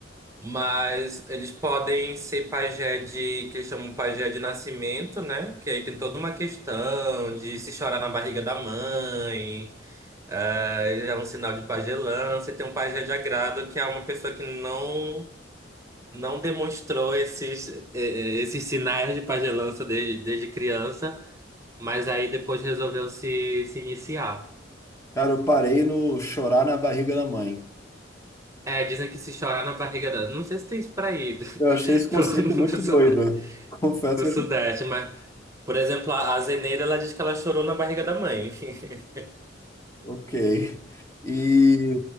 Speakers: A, on the right; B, on the left.
A: Mas eles podem ser pajé de, que eles chamam pajé de nascimento, né? Que aí tem toda uma questão de se chorar na barriga da mãe, é, já é um sinal de pajelança. E tem um pajé de agrado, que é uma pessoa que não, não demonstrou esses, eh, eh, esses sinais de pajelança desde, desde criança, mas aí depois resolveu se, se iniciar.
B: Cara, eu parei no chorar na barriga da mãe.
A: É, dizem que se chorar na barriga dela. Não sei se tem isso pra ir do,
B: Eu achei
A: <laughs>
B: esse conceito
A: pro,
B: muito
A: pro Sudeste,
B: doido. <laughs> Confesso
A: pro
B: que
A: Sudeste,
B: eu achei.
A: mas, por exemplo, a a Zeneida, ela diz que ela chorou na barriga da mãe. <laughs>
B: Ok. E,